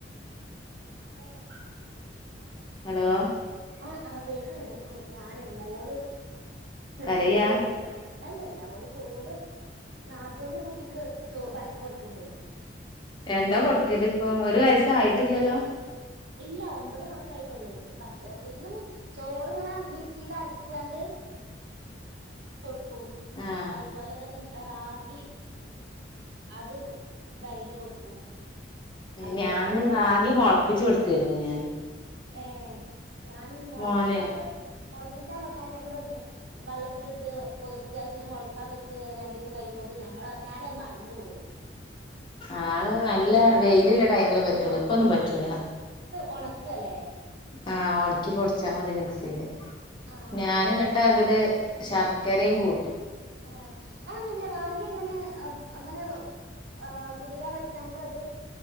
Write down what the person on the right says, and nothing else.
ആണ്.
ആഹ് ആഹ് കേക്കുണ്ട് ഞാന് മോള്.
ചോറെതിന്നുണ്ടോ അപ്പൊ. അല്ലല്ല ഓള് ചോറ് നാത്തൂന് കുട്ടിക്ക് ചോ ഭക്ഷണം കൊടുക്കണ്ടേ.
ഇല്ല ഒമ്പത് മാസായിട്ടൊള്ളൂ ഭ എന്തെങ്കിലും ചോറ്ങ്ങനെ മിക്സിയിലരച്ചാണ്ട് കൊട്ക്കും
അതുപോലെ തന്നെ റാഗി അത് വരകി കൊടുക്കും. അതുപോലെ
തന്നെ
ഏ ഞാനും മൊളപ്പിച്ചാന്
മൊളപ്പിക്കാൻ വെക്കാന് ഞമ്മള് വ് വെള്ളത്തിലിട്ട് പൊതർത്ത്യാ അഅ്പിന്നെ മൊളക്കാൻ വെച്ച് രണ്ടി സം കയ്യിമ്പോക്ക് നമ്മളെ ഞാനഅ് മ റന്നു പോകും.
ആഹ് ശ്ര
ഒണക്ക ല്ലെ
ആഹ്
നല്ലത്
ആ അത് എങ്ങനെ റാഗി എങ്ങനെ അങ്ങനെ ആ കുതിരാൻ വെ <unintelligible> അത്